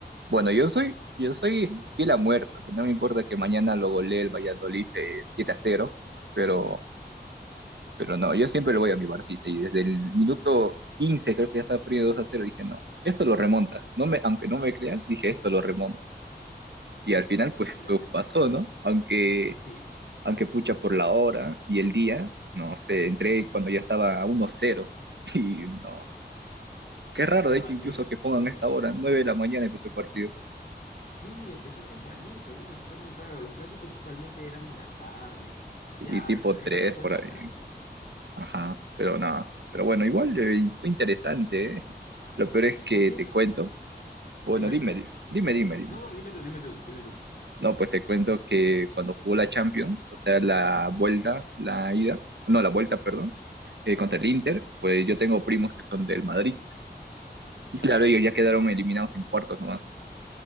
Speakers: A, on the right; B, on the left.
A: bueno, yo soy, yo soy fiel a muerto, o sea, no me importa que mañana lo golee el Valladolid eh, 7 a 0, pero, pero no, yo siempre le voy a mi Barcita y desde el minuto 15 creo que ya estaba perdiendo 2 a cero dije, no, esto lo remonta. No me, aunque no me creas, dije, esto lo remonta. Y al final,
B: Ah,
A: pues,
B: mira.
A: pues pasó, ¿no? Aunque,
B: sí
A: aunque pucha por la hora y el día, no sé, entré cuando ya estaba a uno cero <laughs> y no. Qué raro,
B: Ah,
A: de hecho, incluso
B: mira,
A: que pongan
B: vecinos.
A: esta hora, 9 de la mañana empezó el partido
B: Sí, empezó tempranito, a mí me pareció también raro. Los clásicos usualmente eran en la tarde. Ya,
A: y tipo
B: exagerando
A: 3
B: puede
A: por
B: ser
A: ahí.
B: hasta la noche.
A: Ajá, pero nada. Pero bueno, igual eh, fue interesante, ¿eh? Lo peor es que
B: Más bien,
A: te cuento, bueno,
B: dime.
A: dime, di- dime, dime, dime.
B: No, no, dime tú, dime tú, dime tú.
A: No, pues te cuento que cuando jugó la Champions, o sea, la vuelta, la ida, no, la vuelta, perdón eh, contra el Inter, pues yo tengo primos que son del Madrid.
B: ¿Ya?
A: Y claro, ellos ya quedaron eliminados en cuartos nomás.